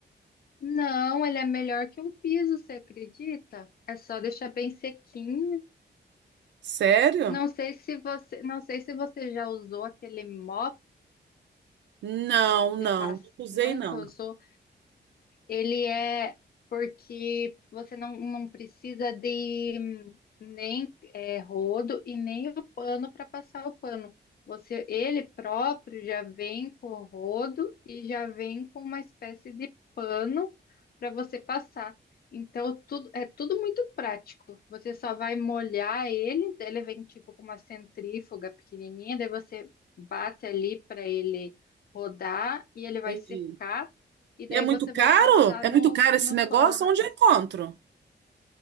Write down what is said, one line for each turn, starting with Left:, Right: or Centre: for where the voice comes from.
Left: não, ele é melhor que um piso, você acredita? É só deixar bem sequinho.
Right: Sério?
Left: Não sei se você, não sei se você já usou aquele mop
Right: Não,
Left: de
Right: não.
Left: pass...
Right: Não usei,
Left: Nunca
Right: não.
Left: usou? Ele é porque você não, não precisa de hum, nem é, rodo e nem o pano para passar o pano. Você, ele próprio já vem com o rodo e já vem com uma espécie de pano para você passar. Então, tudo, é tudo muito prático. Você só vai molhar ele, daí ele vem tipo com uma centrífuga pequenininha, daí você bate ali para ele rodar e ele vai
Right: Entendi.
Left: secar e
Right: E
Left: daí
Right: é muito
Left: você
Right: caro?
Left: vai passar
Right: É
Left: no,
Right: muito caro esse
Left: no
Right: negócio?
Left: PAN.
Right: Onde eu encontro?